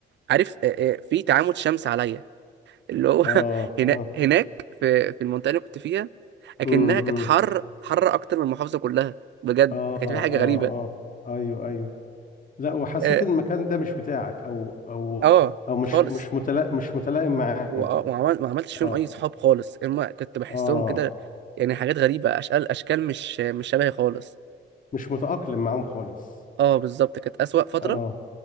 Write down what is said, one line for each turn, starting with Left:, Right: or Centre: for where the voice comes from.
Right: عارف آه آه في تعامد شمس عليا اللي هو <laughs>
Left: اه
Right: هنا
Left: اه
Right: هناك في في المنطقه اللي كنت فيها اكنها
Left: امم
Right: كانت
Left: امم
Right: حر حر اكتر من المحافظه كلها بجد
Left: اه
Right: كانت في حاجه
Left: اه
Right: غريبه
Left: اه ايوه ايوه لا وحسيت
Right: اه
Left: ان المكان ده مش بتاعك او او
Right: آه،
Left: او مش
Right: خالص
Left: مش متلائم مش متلائم معاه
Right: وآه، وعمل ما عملتش فيهم
Left: اه
Right: اي صحاب خالص اما كنت بحسهم
Left: اه
Right: كده يعني حاجات غريبه اشكال اشكال مش مش شبهي خالص
Left: مش متأقلم معاهم خالص
Right: اه بالظبط كانت اسوأ فتره
Left: اه